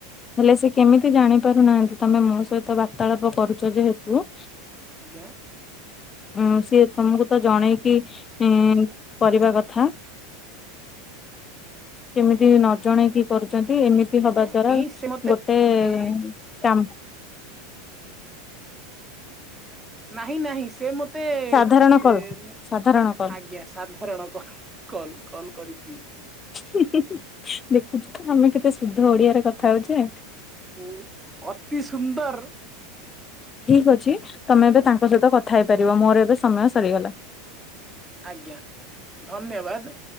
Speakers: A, on the left (about 25°); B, on the right (about 15°).
A: ହେଲେ ସେ କେମିତି ଜାଣି ପାରୁନାହାଁନ୍ତି ତମେ ମୋ ସହିତ ବାର୍ତ୍ତାଳାପ କରୁଛ ଯେହେତୁ
B: ଆଜ୍ଞା।
A: ଉଁ ସିଏ ତମକୁ ତ ଜଣେଇକି ଇଁ କରିବା କଥା। କେମିତି ନ ଜଣେଇକି କରୁଚନ୍ତି ଏମିତି
B: ଆଜ୍ଞା
A: ହବା ଦ୍ଵାରା
B: ଇଁ ସେ ମତେ
A: ଗୋଟେ
B: ଏଇ
A: କାମ୍
B: ନାହିଁ ନାହିଁ ସେ ମ ତେ ଏ
A: ସାଧାରଣ କଲ୍
B: ମୁଁ
A: ସାଧାରଣ କଲ୍
B: ଆଜ୍ଞା ସାଧାରଣ କଲ କଲ କଲ୍ କରିଥିଲି।
A: ଦେଖୁଛୁ ତ ଆମେ କେତେ ଶୁଧ ଓଡିଆରେ କଥା ହଉଚେ।
B: ଓ ଅତି ସୁନ୍ଦର।
A: ଠିକ ଅଛି ତମେ ଏବେ
B: ଆଜ୍ଞା
A: ତାଙ୍କ ସହିତ କଥା ହେଇପାରିବ ମୋର ଏବେ ସମୟ ସରିଗଲା।
B: ଆଜ୍ଞା ଧନ୍ୟବାଦ।